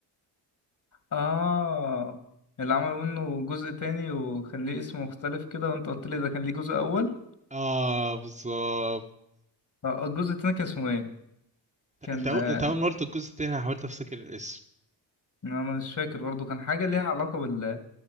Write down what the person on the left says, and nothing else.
اه اللي عملوا منه جزء تاني وكان ليه اسم مختلف كده وانت قلت لي ده كان ليه جزء اول
اه الجزء التاني كان اسمه ايه كان
آه،
انا مش فاكر برضه كان حاجه ليها علاقه بال